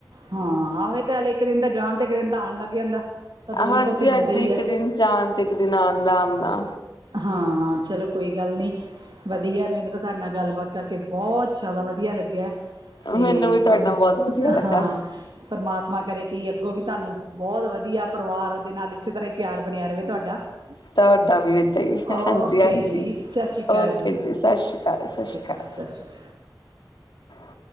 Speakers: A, on the right; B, on the left.
A: ਹਾਂ ਆਵੇ ਤੇ ਹਲੇ ਇੱਕ ਦਿਨ ਦਾ ਜਾਣ, ਤੇ ਇੱਕ ਦਿਨ ਦਾ ਆਉਣ ਲੱਗ ਜਾਂਦਾ। ਤਾਂ ਦੋ
B: ਹਾਂਜੀ-ਹਾਂਜੀ,
A: ਦਿਨ ਤਾਂ ਉੱਥੇ ਬੰਦੇ ਹੀ
B: ਇੱਕ
A: ਹੈ
B: ਦਿਨ ਜਾਣ ਤੇ ਇੱਕ ਦਿਨ ਆਨ- ਆਨ ਦਾ
A: ਹਾਂ, ਚਲੋ ਕੋਈ ਗੱਲ ਨਹੀਂ। ਵਧੀਆ, ਮੈਨੂੰ ਤਾਂ ਤੁਹਾਡੇ ਨਾਲ ਗੱਲਬਾਤ ਕਰਕੇ ਬਹੁਤ ਜ਼ਿਆਦਾ ਵਧੀਆ ਲੱਗਿਆ। ਤੇ
B: ਮੈਨੂੰ ਵੀ ਤੁਹਾਡੇ
A: ਪਰਮ,
B: ਨਾਲ ਬਹੁਤ ਵਧੀਆ ਲੱਗਾ।
A: ਹਾਂ ਪਰਮਾਤਮਾ ਕਰੇ ਕਿ ਅੱਗੋਂ ਵੀ ਤੁਹਾਨੂੰ ਬਹੁਤ ਵਧੀਆ ਪਰਿਵਾਰ ਦੇ ਨਾਲ ਇਸੇ ਤਰ੍ਹਾਂ ਹੀ ਪਿਆਰ ਬਣਿਆ ਰਵੇ ਤੁਹਾਡਾ। <unintelligible>
B: ਤੁਹਾਡਾ ਵੀ। ਹਾਂਜੀ-
A: ਓਕੇ
B: ਹਾਂਜੀ।
A: ਜੀ ਸਤਿ ਸ਼੍ਰੀ ਅਕਾਲ
B: ਓਕੇ ਜੀ। ਸਤਿ ਸ੍ਰੀ ਕਾਲ, ਸਤਿ ਸ਼੍ਰੀ
A: ਅਕਾਲ
B: ਕਾਲ।
A: ਸਤਿ ਸ਼੍ਰੀ ਅਕਾਲ
B: <inaudible>